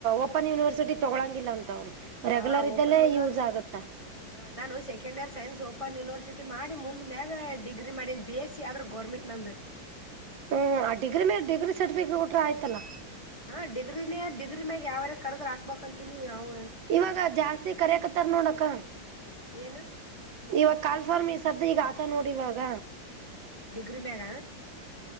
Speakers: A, on the right; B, on the left.
A: ಓಪನ್ ಯೂನಿವರ್ಸಿಟಿ ತೊಗಳಂಗಿಲ್ಲ ಅಂತ ಅವ್ರು ರೆಗ್ಯುಲರ್
B: ಹಾ
A: ಇದ್ದಲ್ಲೇ
B: ಓಪನ್ ಯೂನಿವರ್ಸಿ
A: ಯೂಸ್ ಆಗತ್ತಾ
B: ಹಾ ನಾನು second year science open university ಮಾಡಿ ಮುಂದ ಮೇಗ ಡಿಗ್ರಿ ಮಾಡಿ ಬಿ ಎಸ್ ಸಿ ಆದ್ರ ಗೌರ್ಮೆಂಟ್ ನಂದು
A: ಹ್ಮ್ ಆ ಡಿಗ್ರಿ ಮೇಲೆ ಡಿಗ್ರಿ ಸರ್ಟಿಫಿಕೇಟ್ ಕೊಟ್ರೆ ಆಯ್ತಲ್ಲಾ
B: ಹಾ ಡಿಗ್ರಿನೇ ಡಿಗ್ರಿ ಮ್ಯಾಗ ಯಾವರ ಕರೆದ್ರ ಹಾಕ್ಬಬೇಕಂತೀನಿ ಅವ್
A: ಇವಾಗ ಜಾಸ್ತಿ ಕರಕತ್ತಾರ ನೋಡಕ
B: ಏನ್
A: ಇವಾಗ ಕಾಲ್ಫಾರ ಮಿ ಸದ್ ಈಗ ಹಾಕ ನೋಡಿವಾಗ
B: ಡಿಗ್ರಿ ಮ್ಯಾಗ